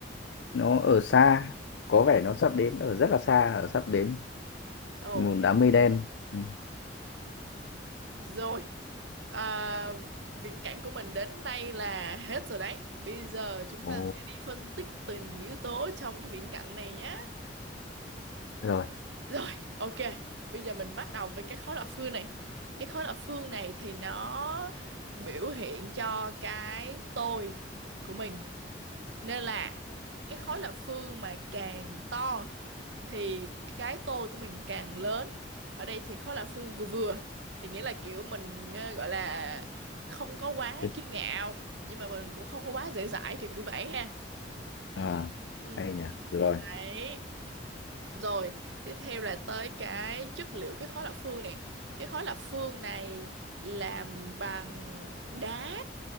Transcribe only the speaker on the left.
nó ở xa có vẻ nó sắp đến ở rất là xa ở sắp đến
một đám mây đen ừ.
ồ
rồi
Thế-
à
hay nhỉ rồi